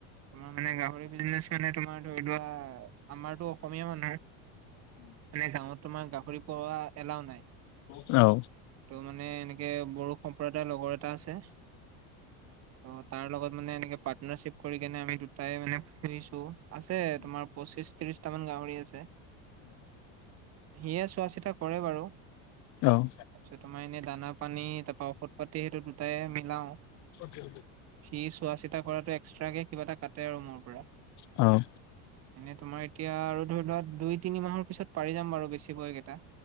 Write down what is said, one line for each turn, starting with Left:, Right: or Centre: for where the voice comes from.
Right: তোমাৰ মানে গাহৰি বিজনেচ মানে তোমাৰ ধৰি লোৱা আমাৰটো অসমীয়া মানুহে মানে গাঁৱত তোমাৰ গাহৰি পুহা এলাও নাই।
Left: অ
Right: ত' মানে এনেকে বড়ো সম্প্ৰদায়ৰ লগৰ এটা আছে ত' তাৰ লগত মানে এনেকে পাৰ্টনাৰশিপ কৰি কেনে আমি দুটাই মানে পূহিছো আছে তোমাৰ পঁচিশ ত্ৰিশটামান গাহৰি আছে সিয়ে চোৱা চিতা কৰে বাৰু
Left: অ
Right: তাৰ পিছত তোমাৰ এনে দানা পানী তাৰপা ঔষধ পাতি সেইটো দুটাই মিলাও
Left: অকে
Right: সি চোৱা চিতা কৰাটো এক্সট্ৰাকে কিবা এটা কাটে আৰু মোৰ পৰা
Left: অ
Right: এনে তোমাৰ এতিয়া আৰু ধৰি লোৱা দুই তিনি মাহৰ পিছত পাৰি যাম বাৰু বেচিব এই কেইটা